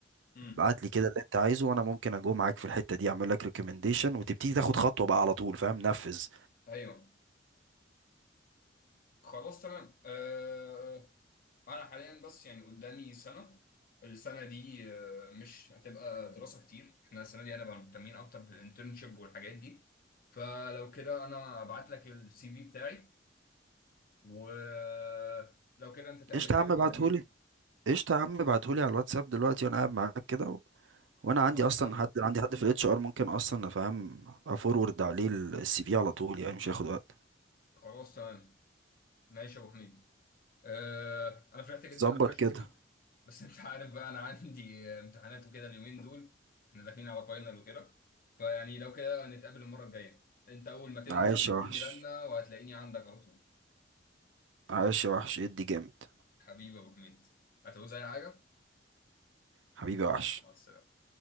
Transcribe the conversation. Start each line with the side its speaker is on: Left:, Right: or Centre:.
Left: امم
Right: ابعت لي كده اللي انت عايزه وانا ممكن اجو معاك في الحتة دي اعمل لك ريكومنديشن وتبتدي تاخد خطوة بقى على طول فاهم نفذ
Left: ايوه خلاص تمام آه انا حاليا بس يعني قدامي سنه السنه دي آه، مش هتبقى دراسه كتير احنا السنه دي هنبقى مهتمين اكتر بالانترنشيب والحاجات دي فلو كده انا ابعت لك السي في بتاعي ولو كده انت تعمل
Right: قشطة
Left: لي
Right: يا عم
Left: ريكومنديشن
Right: ابعتهولي قشطة يا عم ابعتهولي على الواتساب دلوقتي وانا قاعد معاك كده وانا عندي
Left: خلاص
Right: اصلا
Left: تمام
Right: حد عندي حد في الاتش ار ممكن اصلا افهم افورورد عليه السي في على طول يعني مش
Left: مم.
Right: هياخد وقت
Left: خلاص تمام ماشي يا ابو حميد آه، انا
Right: طب
Left: فرحت جدا
Right: ظبط
Left: ان
Right: جميل
Left: انا شفتك
Right: كده
Left: بس انت عارف بقى انا عندي آه، امتحانات وكده اليومين دول احنا داخلين على فاينل وكده فيعني لو كده نتقابل المره الجايه انت اول ما تنزل
Right: جميل عايش
Left: اديني
Right: يا وحش
Left: رنه وهتلاقيني عندك على طول
Right: عايش يا وحش ادي جامد
Left: حبيبي يا ابو حميد هتعوز اي حاجه
Right: حبيبي يا وحش
Left: مع السلامه